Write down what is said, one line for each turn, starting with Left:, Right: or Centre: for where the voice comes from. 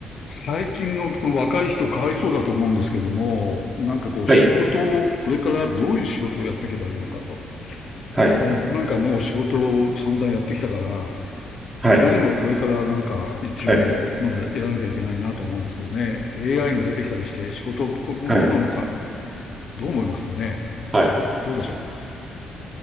Left: 最近のこの若い人かわいそうだと思うんですけども、なんかこう仕事を、
Right: はい、
Left: これからどういう仕事をやっていけばいいのかと。
Right: はい、
Left: あの、僕なんかもう仕事を散々やってきたから、
Right: はい、
Left: それでもこれからなんか一応まだやらなきゃいけないなと思うんですけどね。
Right: はい、
Left: AI が出てきたりして仕事今後どうなのか、
Right: はい。
Left: どう思いますかね。
Right: はい。
Left: ど、どうでしょ